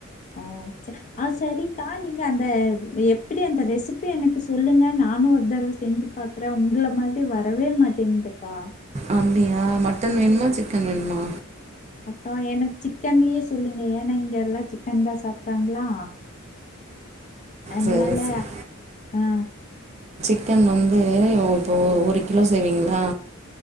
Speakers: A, on the left; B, on the right.
A: ஓ! ஆ ச்சரிக்கா நீங்க அந்த எப்டி அந்த ரெசிபி எனக்கு சொல்லுங்க நானும் ஒரு தடவ செஞ்சு பாக்குறேன் உங்கள மாரி வரவே மாட்டிங்குதுக்கா
B: அப்புடியா மட்டன் வேணுமா சிக்கன் வேணுமா
A: அக்கா எனக்கு சிக்கன்லே சொல்லுங்க ஏன்னா இங்க எல்லா சிக்கன் தா சாப்புட்றாங்ளா என்னாலே
B: சரி சரி
A: ஹா
B: சிக்கன் வந்து இப்போ ஒரு கிலோ செய்வீங்ளா